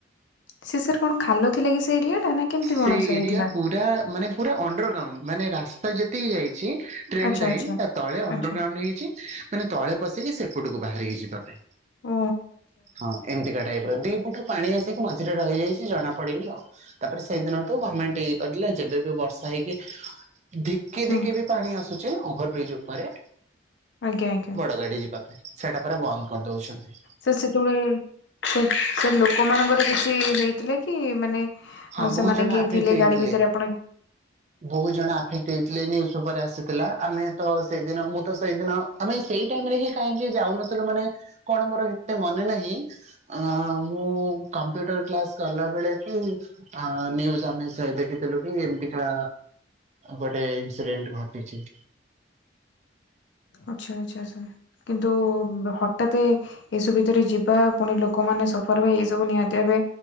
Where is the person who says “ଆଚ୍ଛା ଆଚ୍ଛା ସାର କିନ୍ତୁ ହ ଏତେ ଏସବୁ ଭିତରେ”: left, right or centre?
Left